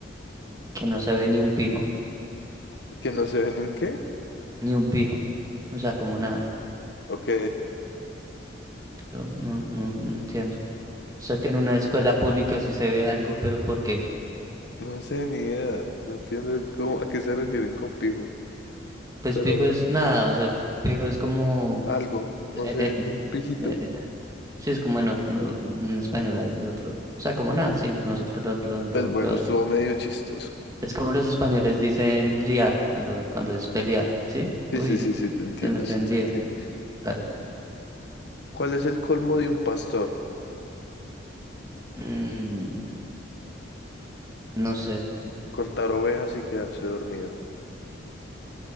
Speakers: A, on the right; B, on the left.
A: Que no se ve ni un pijo,
B: ¿Que no se ve ni un qué?
A: ni un pijo. O sea, como nada.
B: Ok,
A: Pero no, no, no entiendo. O sea, que en una escuela pública sí se ve algo, pero ¿por qué?
B: no sé ni idea. No entiendo cómo, a qué se refieren con pijo.
A: Pues
B: Pero
A: pijo
B: bueno,
A: es nada, o sea, pijo es como...
B: algo, no
A: eh,
B: se
A: eh,
B: ve ni un pijito.
A: eh, Sí, es como en, ot- no- en español hay de otro. O sea, como nada, sí, nosotros lo, lo, lo,
B: Pues bueno,
A: lo decimos.
B: estuvo medio chistoso.
A: Es como los españoles dicen liar cuando, cuando es pelear, ¿sí?
B: Sí,
A: Uy,
B: sí, sí, sí, te entiendo,
A: se meten
B: sí, te
A: en lío.
B: entiendo.
A: Dale.
B: ¿Cuál es el colmo de un pastor?
A: Mm, no sé,
B: Contar ovejas y quedarse dormido.